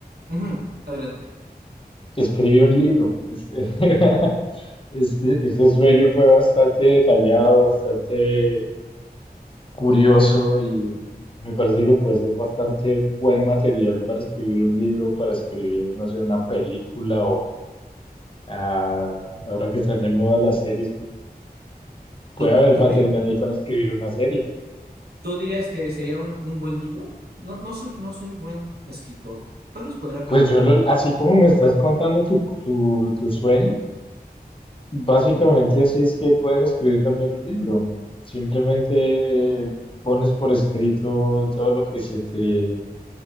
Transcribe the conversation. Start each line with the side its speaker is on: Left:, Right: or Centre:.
Right: Ujú, adelante.
Left: Escribí un libro. Este, <laughs> este, ese sueño fue bastante detallado, bastante curioso y me parece que puede ser bastante buen material para escribir un libro, para escribir, no sé, una película o ah, ahora que están de moda las series, pues puede
Right: ¿Tú,
Left: haber
Right: tú
Left: material
Right: pi-
Left: ahí para escribir una serie.
Right: tú dirías que sería un, un buen libro? No, no soy, no soy buen escritor. Tal vez podré aprender
Left: Pues yo
Right: luego.
Left: lo, así como me estás contando tu, tu, tu sueño. Básicamente así es que puedes escribir también un libro. Simplemente pones por escrito todo lo que se te